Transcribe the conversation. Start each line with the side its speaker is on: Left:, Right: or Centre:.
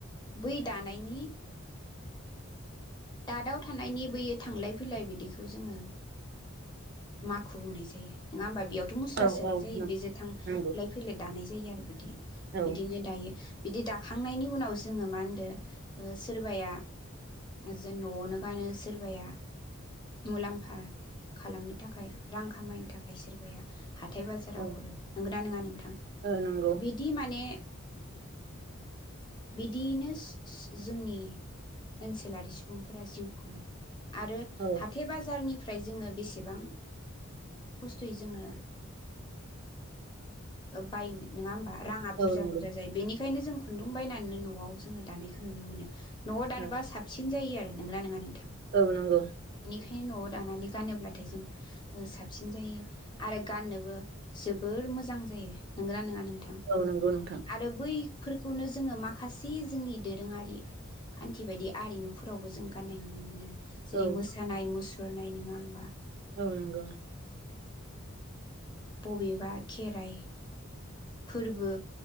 Left: बै दानायनि थादाव थानायनि बोयो थांलाय फैलाय बिदिखौ जोङो माखु बुंनाय जायो नङा होमबा बेयाव मुस्रा
Right: औ
Left: सोनाय
Right: औ
Left: जायो बेजों थांलाय
Right: नंगौ
Left: फैलाय दानाय जा जायो आरो बिदि
Right: औ
Left: बिदि बिदि दाखांनायनि उनाव जोङो मा होनदो सोरबाया ओ सोरबाया जों नआवनो गानो सोरबाया मुलाम्फा खालामनो थाखाय रां खामायनो थाखाय सोरबाया हाथाय बाजाराव
Right: औ
Left: हरो नोंगोना नोंङा थां
Right: औ नंगौ
Left: बिदि माने बिदियैनो जोंनि ओनसोलारि सुबुंफोरा जिउ खुङो। आरो
Right: औ
Left: हाथाय बाजारनि निफ्राय जोङो बेसेबां खस्थयै जोङो बायनो नङा होमबा राङा
Right: औ
Left: बुरजा
Right: नंगौ
Left: बुरजा जायो बेनि बेखायनो जों खुन्दुं बायनानैनो नआव जोङो दानायखौ नुनो मोनो। नआव दानबा
Right: औ
Left: साबसिन जायो आ नोंगोना नोंङा नोंथां।
Right: औ नंगौ।
Left: ओंखायनो नआव दानानै गानोब्लाथाय जों साबसिन जायो आरो गाननोबो जोबोर मोजां जायो नंगोना नोंथां? थां
Right: औ नंगौ नोंथां
Left: आरो बै फोरखौनो जोङो माखासे जोंनि दोरोङारि खान्थि बायदि आरिमुफोरावबो जों गाननाय नुनो मोनो। जेरै
Right: औ
Left: मोसानाय मुसु सर नायनोङाब।
Right: औ नगौ।
Left: बबेबा खेराइ फोरबो।